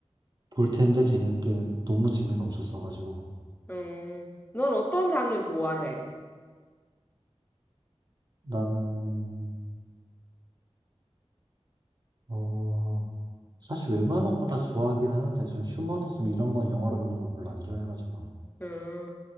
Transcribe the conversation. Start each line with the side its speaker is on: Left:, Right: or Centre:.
Right: 볼 텐데 재밌게 너무 재미가 없었어가지고.
Left: 음, 넌 어떤 장르 좋아해?
Right: 나는 어, 사실 웬만한 거 다 좋아하긴 하는데, 전 휴머니즘 이런 건 영화로 보는 걸 별로 안 좋아해가지고.
Left: 음.